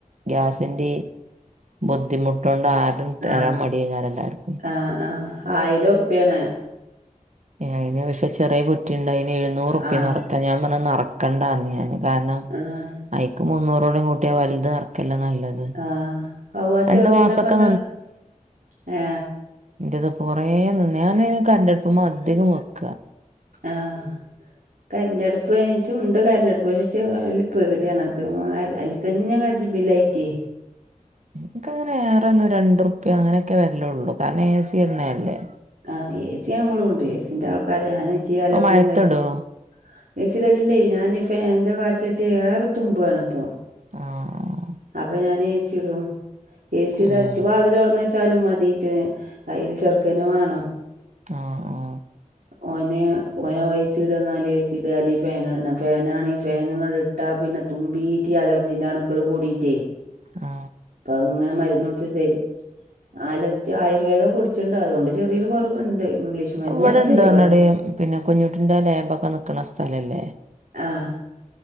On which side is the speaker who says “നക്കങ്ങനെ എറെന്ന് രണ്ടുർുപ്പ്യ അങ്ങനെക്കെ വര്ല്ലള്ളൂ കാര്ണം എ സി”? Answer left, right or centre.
Right